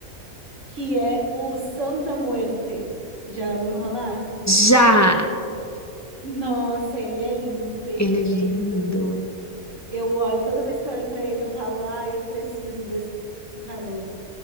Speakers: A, on the right (about 60°); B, on the left (about 25°).
A: que é o Santa Muerte. Já ouviu falar?
B: Já.
A: Nossa, ele é lindo, perfeito.
B: Ele é lindo.
A: Eu olho, toda vez que eu olho pra ele, eu falo, ah, eu preciso desse desse tarô.